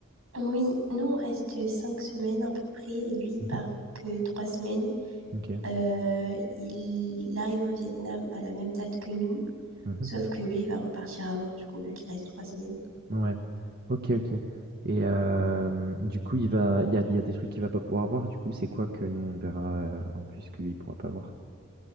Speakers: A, on the right (about 85°); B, on the right (about 50°).
A: Oui, nous on reste cinq semaines à peu près et lui il
B: Mhm.
A: part que trois semaines.
B: Ok.
A: Euh, il arrive au Vietnam à la même date que nous,
B: Mhm.
A: sauf que lui il va repartir avant du coup vu qu'il reste trois semaines.
B: Ouais. Ok, ok. Et euh, du coup, il va, il y a, il y a des trucs qu'il va pas pouvoir voir. Du coup, c'est quoi que nous, on ne verra euh, en plus que lui, il pourra pas voir?